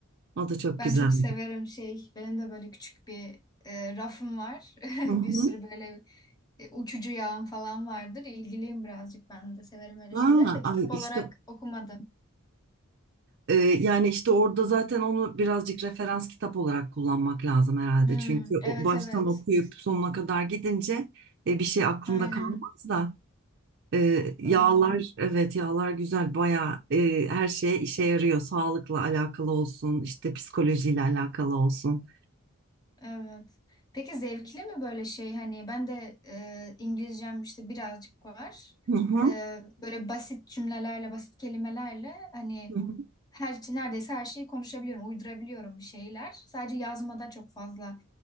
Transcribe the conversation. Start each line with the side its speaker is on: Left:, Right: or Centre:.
Right: O da çok
Left: Ben
Right: güzeldi.
Left: çok severim şey. Benim de böyle küçük bir e, rafım var. <laughs>
Right: Hı hı.
Left: Bir sürü böyle e, uçucu yağım falan vardır. İlgiliyim birazcık ben de severim öyle
Right: Ha,
Left: şeyler de kitap
Right: ay
Left: olarak
Right: işte
Left: okumadım.
Right: e, yani işte orada zaten onu birazcık referans kitap olarak kullanmak lazım herhalde.
Left: Hmm.
Right: Çünkü
Left: Evet
Right: o baştan
Left: evet
Right: okuyup sonuna kadar gidince e, bir şey aklında
Left: aynen
Right: kalmaz da. Ee, yağlar
Left: doğru.
Right: evet yağlar güzel bayağı e, her şeye işe yarıyor. Sağlıkla alakalı olsun, işte psikolojiyle alakalı olsun.
Left: Evet. Peki zevkli mi böyle şey hani ben de e, İngilizcem işte birazcık var.
Right: Hı hı,
Left: E, böyle basit cümlelerle, basit kelimelerle hani
Right: hı
Left: her şey, neredeyse her şeyi konuşabiliyorum, uydurabiliyorum bir şeyler. Sadece yazmada çok fazla